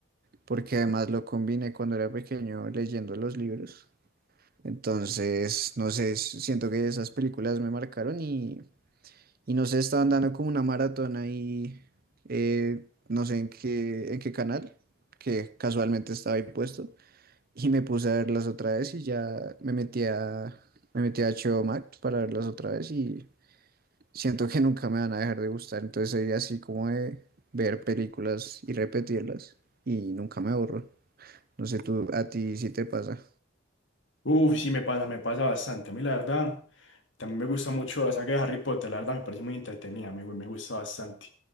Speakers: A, on the right; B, on the left.
A: porque además lo combiné cuando era pequeño leyendo los libros. Entonces, no sé, s- siento que esas películas me marcaron y, y no sé, estaban dando como una maratón ahí, eh, no sé en qué, en qué canal, que casualmente estaba ahí puesto, y me puse a verlas otra vez y ya me metí a, me metí a HBO Max para verlas otra vez y siento que nunca me van a dejar de gustar, entonces soy así como de ver películas y repetirlas y nunca me aburro. No sé, tú, a ti sí te pasa.
B: uf, sí me pasa, me pasa bastante. A mí la verdad. También me gusta mucho la saga de Harry Potter, la verdad me parece muy entretenida, me, me gusta bastante.